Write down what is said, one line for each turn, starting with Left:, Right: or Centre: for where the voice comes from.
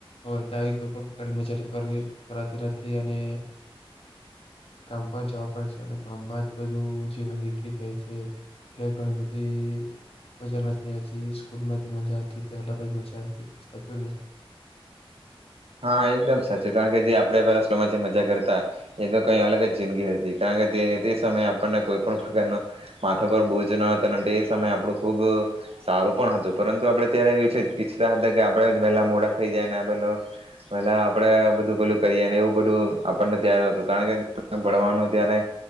Left: આવી કોઈ પણ પ્રકારની મજા કરવી કરાતી નથી અને અ કામ પર જોવા પડે છે અને કામમાં જ બધું જીવન નીકળી જાય છે એટલે ઘણી બધી મજા નથી આવતી ને સ્કૂલમાં જે મજા હતી તે અલગ જ મજા હતી. સાચું ને?
Right: હા, એકદમ સાચું કારણ કે જે આપણેે પેલામાં જે મજા કરતા એ તો કઈ અલગ જ જિંદગી હતી કારણ કે તે સમયે આપણને કોઈ પણ પ્રકારનો માથા પર બોજ ન હતા એ સમયે આપણું ખૂબ સારું પણ હતું પરંતુ આપણે ત્યારે <unintelligible> ઈચ્છતા હતા કે આપણેે જ વેહલા મોડા થઈ જાય ને પેલો પેહલા આપડે બધું પેલું કરીએ ને એવું બધું આપણને ત્યારે હતું કારણ કે ભણવાનું ત્યારે